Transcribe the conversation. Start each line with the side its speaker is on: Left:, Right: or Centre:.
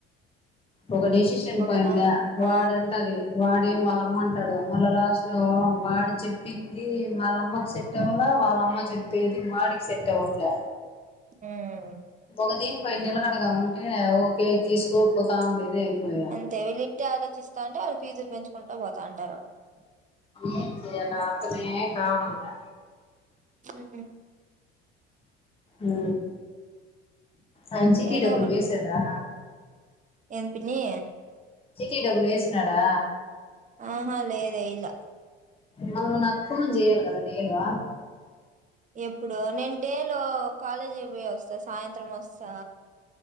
Left: ఒక డెష్ షన్
Right: ఒకదా
Left: పోయినలే వాడంట
Right: ఆ
Left: అది వాడేం వాళ్ళమ్మ అంటాడు మళ్ళా లాస్ట్ లో వాడు చెప్పింది వాళ్ళమ్మకు చెప్పి టవలా వాళ్ళమ్మ చెప్పేది వాడికి సెట్ అవ్వట్లే
Right: మ్
Left: ఒక దీన్ పైన నిలకడగా ఉంటే ఓకే తీసుకోకపోతా ఉండేది అయిపోయా
Right: టే వెళ్ళిట్టే ఆలోచిస్తా అంటే వాళ్ళు ఫిజులు పెంచుకుంటూ పోతాంటారు
Left: ఎం చెయ్యాలా అర్థమే కావడం లా
Right: మ్
Left: మ్ ఆయన చిట్టీ
Right: ఏదో
Left: డబ్బులు వేసాడా
Right: ఏంది పిన్ని
Left: చిట్టి డబ్బులు ఎసినాడా
Right: ఆహా లేదే ఇలా
Left: మళ్ళ నువ్వు నాకు ఫోన్ చెయాలి కదా డేలో
Right: ఎప్పుడు నేను డేలో కాలేజీకి పోయి వస్తా సాయంత్రం వస్తా